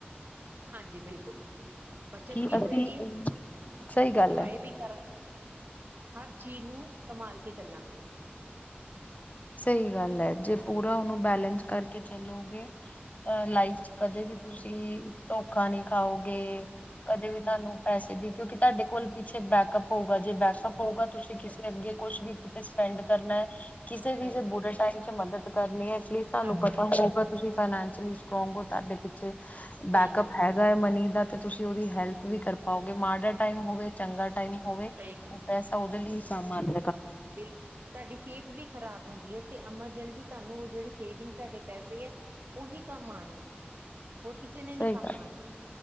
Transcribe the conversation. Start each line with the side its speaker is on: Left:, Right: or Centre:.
Right: ਹਾਂਜੀ, ਬਿਲਕੁਲ ਬੱਚਤ
Left: ਕਿ
Right: ਵੀ
Left: ਅਸੀਂ
Right: ਹੋਏਗੀ
Left: ਸਹੀ ਗੱਲ
Right: ਇੰਜੋਏ
Left: ਹੈ
Right: ਵੀ ਕਰਾਂਗੇ ਹਰ ਨੂੰ ਸੰਭਾਲ ਕੇ ਚੱਲਾਂਗੇ।
Left: ਸਹੀ ਗੱਲ ਹੈ ਜੇ ਪੂਰਾ ਉਹਨੂੰ ਬੈਲੇਂਸ ਕਰਕੇ ਚੱਲੋਗੇ ਤਾਂ ਲਾਈਫ ਚ ਕਦੇ ਵੀ ਤੁਸੀਂ ਧੋਖਾ ਨਹੀਂ ਖਾਓਗੇ। ਕਦੇ ਵੀ ਤੁਹਾਨੂੰ
Right: ਹਮ
Left: ਪੈਸੇ ਦੀ ਕਿਉਂਕਿ ਤੁਹਾਡੇ ਕੋਲ ਪਿੱਛੇ ਬੈਕਅਪ ਹੋਊਗਾ ਜੇ ਬੈਕਅਪ ਹੋਊਗਾ ਤੁਸੀਂ ਕਿਸੇ ਅੱਗੇ ਕੁਛ ਵੀ ਕਿਤੇ ਸਪੈਂਡ ਕਰਨਾ ਹੈ। ਕਿਸੇ ਵੀ
Right: ਸਹੀ
Left: ਜੇ
Right: ਗੱਲ
Left: ਬੁਰੇ ਟਾਈਮ ਚ ਮਦ ਕਰਨੀ ਹੈ ਫਿਰ ਤੁਹਾਨੂੰ
Right: ਕਰ
Left: ਪਤਾ
Right: ਸਕਦੇ ਹਾਂ ਆਪਾਂ
Left: ਹੋਊਗਾ ਤੁਸੀਂ ਫਾਈਨੈਂਸ਼ਲੀ ਸਟਰੋਂਗ ਹੋ ਤੁਹਾਡੇ ਪਿੱਛੇ
Right: ਸਹੀ
Left: ਬੈਕਅਪ
Right: ਗੱਲ
Left: ਹੈਗਾ ਹੈ ਮਨੀ ਦਾ ਤੇ ਤੁਸੀਂ ਉਹਦੀ ਹੈਲਪ ਵੀ ਕਰ ਪਾਓਗੇ ਮਾੜਾ ਟਾਈਮ ਹੋਵੇ ਚੰਗਾ
Right: ਸਹੀ
Left: ਟਾਈਮ ਹੋਵੇ
Right: ਗੱਲ
Left: ਉਹ
Right: ਹੈ
Left: ਪੈਸਾ ਉਹਦੇ ਲਈ ਸਮਾਨ
Right: ਬਿਲਕੁਲ ਤੁਹਾਡੀ ਸਿਹਤ ਵੀ ਖ਼ਰਾਬ ਹੁੰਦੀ ਹੈ ਤੇ ਐਮਰਜੈਂਸੀ ਤੁਹਾਨੂੰ ਉਹ ਜਿਹੜੇ ਸੇਵਿੰਗ ਤੁਹਾਡੇ ਪੈਸੇ ਹੈ ਉਹੀ ਕੰਮ ਆਉਣੇ ਹੈ ਹੋਰ ਕਿਸੇ ਨੇ
Left: ਸਹੀ
Right: ਨੀ
Left: ਗੱਲ
Right: ਕੰਮ ਆਣਾ